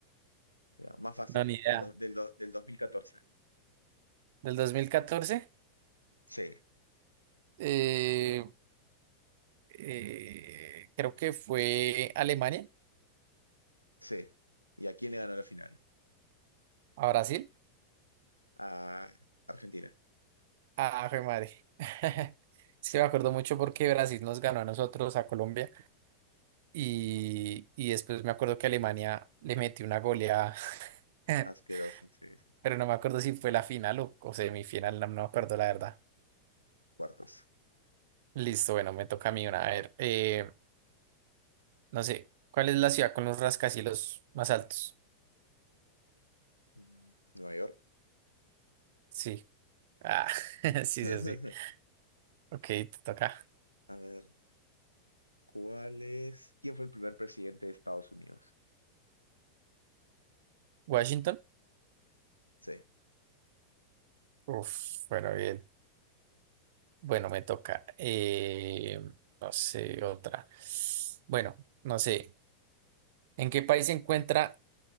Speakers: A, on the left; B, on the right.
A: Ya, más fácil,
B: no, ni idea.
A: del, do- del, do- del 2014.
B: Del 2014,
A: Sí,
B: eh, eh, creo que fue Alemania,
A: sí. ¿Y a quién le ganó la final?
B: a Brasil.
A: A Argentina.
B: Ah, fue madre. <laughs> Sí, me acuerdo mucho porque Brasil nos ganó a nosotros, a Colombia, y, y después me acuerdo que Alemania le metió una goleada, <laughs>
A: Asquerosa, sí, sí.
B: pero no me acuerdo si fue la final o, o semifinal, no, no me acuerdo la verdad.
A: Cuartos.
B: Listo, bueno, me toca a mí una. A ver, eh, No sé, ¿cuál es la ciudad con los rascacielos más altos?
A: Mm, Nueva York.
B: Sí. Ah, <laughs> sí,
A: <laughs>
B: sí, sí. Ok, te toca.
A: A ver, ¿cuál es? ¿Quién fue el primer presidente de Estados Unidos?
B: Washington.
A: Sí,
B: Uf, bueno, bien. Bueno, me toca. Eh, no sé, otra. Bueno, no sé. ¿En qué país se encuentra